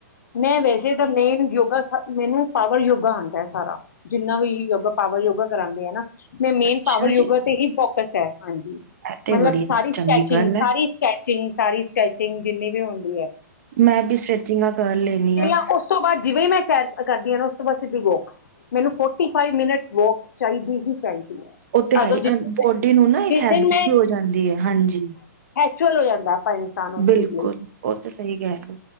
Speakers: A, on the left; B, on the right.
A: ਮੈਂ ਵੈਸੇ ਤਾਂ ਮੇਨ ਯੋਗਾ ਮੈਨੂੰ ਪਾਵਰ ਯੋਗਾ ਆਉਂਦਾ ਸਾਰਾ ਜਿੰਨਾ ਵੀ ਯੋਗਾ ਪਾਵਰ ਯੋਗਾ ਕਰਾਉਂਦੇ ਹੈ ਨਾ ਮ ਮੇਨ
B: ਅੱਛਾ
A: ਪਾਵਰ ਯੋਗਾ
B: ਜੀ
A: ਤੇ ਹੀ ਫੋਕਸ ਹੈ ਹਾਂਜੀ
B: ਇਹ ਤੇ
A: ਮਤਲਬ
B: ਬੜੀ
A: ਸਾਰੀ
B: ਚੰਗੀ
A: ਸਕੈਚਿੰਗ
B: ਗੱਲ ਹੈ
A: ਸਾਰੀ ਸਕੈਚਿੰਗ ਸਾਰੀ ਸਕੈਚਿੰਗ ਜਿੰਨੀ ਵੀ ਹੁੰਦੀ ਹੈ
B: ਮੈਂ ਵੀ ਸਟ੍ਰੈਚਿੰਗਾਂ ਕਰ ਲੈਣੀ
A: ਪਹਿਲਾਂ
B: ਆ
A: ਉਸ ਤੋਂ ਬਾਅਦ ਜਿਵੇਂ ਵੀ ਮੈਂ ਸੈਰ ਕਰਦੀ ਹੈਂ ਨਾ ਉਸ ਤੋਂ ਬਾਅਦ ਦੀ ਵੋਕ ਮੈਨੂੰ ਫੋਰਟੀ ਫਾਈਵ ਮਿੰਟ ਵੋਕ ਚਾਹੀਦੀ ਹੀ ਚਾਹੀਦੀ
B: ਉਹ ਤੇ ਹੈ
A: ਉਦੋਂ ਜਿਸ ਦਿਨ
B: ਬੋਡੀ ਨੂੰ ਨਾ ਇੱਕ
A: ਜਿਸ
B: ਹੈਬਿਟ
A: ਦਿਨ
B: ਵੀ ਹੋ ਜਾਂਦੀ ਹੈ ਹਾਂਜੀ
A: ਚਲੋ ਜਾਂਦਾ ਇਨਸਾਨ ਉਸ
B: ਬਿਲਕੁਲ
A: ਚੀਜ਼ ਲਈ
B: ਉਹ ਤਾਂ ਸਹੀ ਗਿਆ ਸੀ